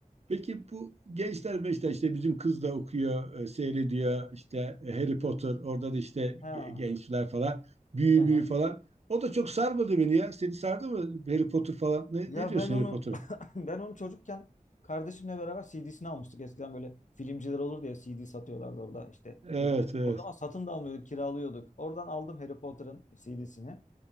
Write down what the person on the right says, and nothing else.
Peki bu gençler meşte işte bizim kız da okuyor, e, seyrediyor işte e, Harry Potter orada da işte
ge- gençler falan büyü
büyü falan. O da çok sarmadı beni ya. Seni sardı mı Harry Potter falan? Ne,
ne diyorsun
Harry Potter'a?
Evet
evet.